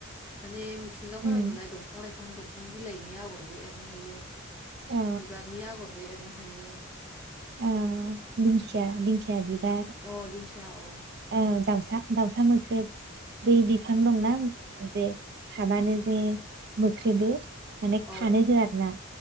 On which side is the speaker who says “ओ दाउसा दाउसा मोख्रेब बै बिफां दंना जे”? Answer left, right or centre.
Right